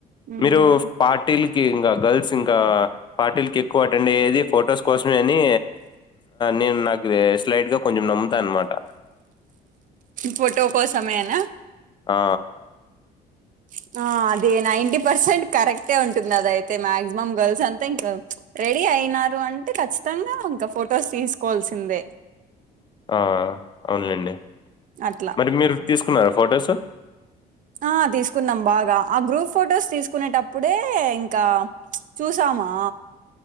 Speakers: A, on the right; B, on the left.
A: ఉమ్
B: మీరు పార్టీల్ ఇంగ గర్ల్స్ ఇంకా పార్టీల్ కి ఎక్కువ అటెండ్ అయ్యేది ఫొటోస్ కోసమే అని నేను నాకు స్లైట్ గా కొంచెం నమ్ముతా అనమాట
A: ఫోటో కోసమే అనా
B: ఆ
A: <inaudible> ఆ అదే నైనీటీ పర్సెంట్ కరెక్టే ఉంటుంది అదైతే మాక్సిమం గర్ల్స్ అంతా ఇంకా రెడీ అయినారు అంటే ఖచ్చితంగా ఇంక ఫొటోస్ తీసుకోవాల్సిందే
B: ఆ అవునులేండి
A: అట్లా
B: మరి మీరు తీసుకున్నారా ఫొటోసు
A: ఆ తీసుకున్నాం బాగా ఆ గ్రూప్ ఫొటోస్ తీసుకునేటప్పుడే ఇంకా చూసామా